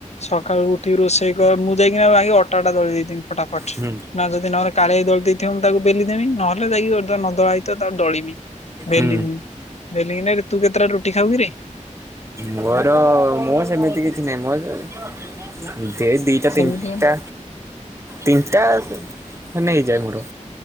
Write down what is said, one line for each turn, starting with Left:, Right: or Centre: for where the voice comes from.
Left: ସକାଳୁ ଉଠିକି ରୋଷେଇ କ ମୁଁ ଯାଇକିନା ମା ଅ ଟା ଦଳି ଦେଇିଥିଵି ଫଟା ଫଟ
Right: ହୁଁ
Left: ନା ଯଦି ନହେ କାଳିଆ ଦଳି ଦେଇଥିବ ମୁଁ ତାକୁ ଵେଲିଦେଵି ନହେଲେ ଯାଇକି ନଦଳା ସହିତ ତାକୁ ଦଳିମି ବେଲିମି
Right: ହୁଁ
Left: ବେଲିମି ନାଇ ରେ ତୁ କେତେ ଟା ରୁଟି ଖାଉକି ରେ।
Right: ମୋର ମୁଁ ସେମିତି କିଛି ନାହିଁ ମୋ। ଦେ ଦିଟା
Left: ସେମିତି
Right: ତିନିଟା ତିନିଟା ହେ ନେଇଯାଏ ମୋର।